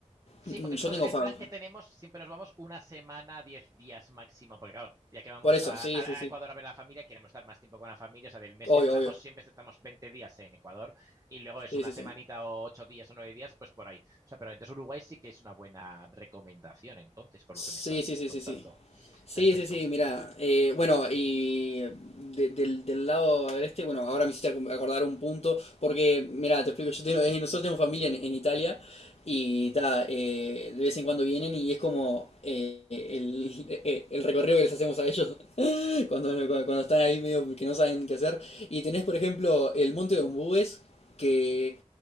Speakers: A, on the right (about 30°); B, on the left (about 60°).
A: Sí,
B: mm,
A: porque
B: yo
A: nosotros
B: tengo
A: el
B: fab.
A: plan que tenemos siempre nos vamos una semana, 10 días máximo, porque claro, ya que vamos
B: Por eso,
A: a,
B: sí,
A: a
B: sí, sí.
A: Ecuador a ver a la familia, queremos estar más tiempo con la familia, o sea, del mes
B: Obvio,
A: que estamos
B: obvio.
A: siempre estamos 20 días en Ecuador y luego es
B: Sí,
A: una
B: sí,
A: semanita
B: sí.
A: o 8 días o 9 días, pues por ahí. O sea, pero entonces Uruguay sí que es una buena recomendación, entonces, por
B: Sí,
A: lo que me estás
B: sí, sí,
A: contando.
B: sí, sí. Sí,
A: Perfecto.
B: sí, sí, mira, eh, bueno, y de- del, del lado agreste, bueno, ahora me hiciste acu- acordar un punto, porque, mira, te explico, yo tengo- eh, nosotros tenemos familia en, en Italia y ta, eh, de vez en cuando vienen y es como eh, el, <laughs> eh, el recorrido que les hacemos a ellos cuando, cuando están ahí medio que no saben qué hacer. Y tenés, por ejemplo, el Monte de Ombúes, que